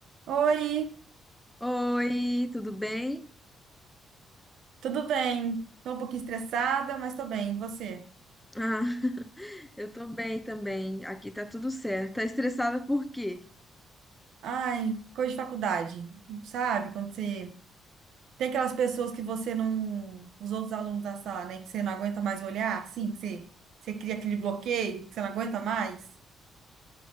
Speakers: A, on the right; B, in the centre.
A: Oi,
B: Oi, tudo bem?
A: tudo bem? Tô um pouquinho estressada, mas tô bem. E você?
B: Ah, <laughs> eu tô bem também. Aqui tá tudo certo. Tá estressada por quê?
A: Ai, coisa de faculdade, sabe? Quando você tem aquelas pessoas que você não, os outros alunos da sala, né, que você não aguenta mais olhar, assim, que você, você cria aquele bloqueio, que você não aguenta mais.